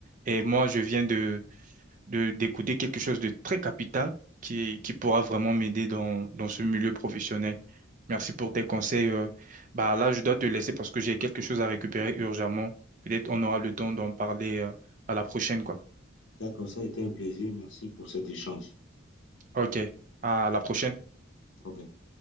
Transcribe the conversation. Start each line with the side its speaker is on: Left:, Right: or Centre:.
Right: Et moi, je viens de de, d'écouter quelque chose de très capital qui, qui pourra vraiment m'aider dans, dans ce milieu professionnel. Merci pour tes conseils. euh. bah là, je dois te laisser parce que j'ai quelque chose à récupérer urgemment. Peut-être on aura le temps d'en parler, euh, à la prochaine, quoi.
Left: D'accord, ça a été un plaisir. Merci pour cet échange.
Right: OK. À la prochaine.
Left: OK.